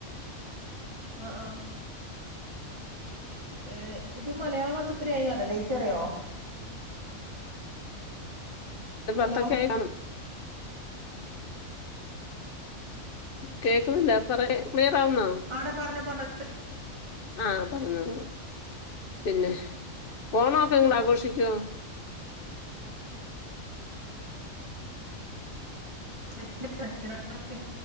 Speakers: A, on the right (about 20°); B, on the left (about 45°).
A: ആഹ് ആഹ് ഏഹ് ഇത് മലയാള മാസം എത്ര ആയന്ന് അറിയാവോ ഡേറ്റ് അറിയാവോ?
B: ഒരു പത്തൊക്കെ
A: ഹലോ
B: ആയി കാണും കേക്കുന്നില്ല പറ ക്ലിയറാവുന്നോ
A: ആടെ പറഞ്ഞ പറഞ്ഞ
B: ആഹ് പറഞ്ഞോ പിന്നെ ഓണവോക്കെ നിങ്ങള് ആഘോഷിക്കുവോ?
A: <unintelligible>